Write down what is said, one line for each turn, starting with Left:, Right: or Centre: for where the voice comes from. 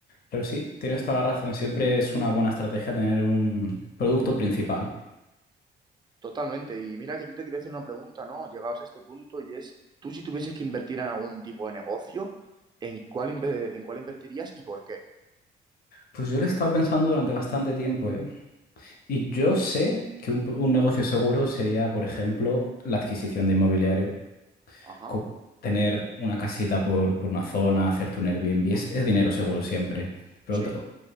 Left: Pero sí, tienes toda la razón, siempre es una buena estrategia tener un producto principal.
Right: Totalmente. Y mira que yo te quería hacer una pregunta, ¿no? Llegados a este punto y es, tú si tuvieses que invertir en algún tipo de negocio, ¿en cuál, inve- en cuál invertirías y por qué?
Left: Pues yo lo he estado pensando durante bastante tiempo, ¿eh? Y yo sé que un, un negocio
Right: Ujú.
Left: seguro sería, por ejemplo, la adquisición de inmobiliario.
Right: Ajá,
Left: Co- Tener una casita por, por una zona, hacerte un Airbnb, es, es dinero seguro siempre. Pero
Right: sí,
Left: ot-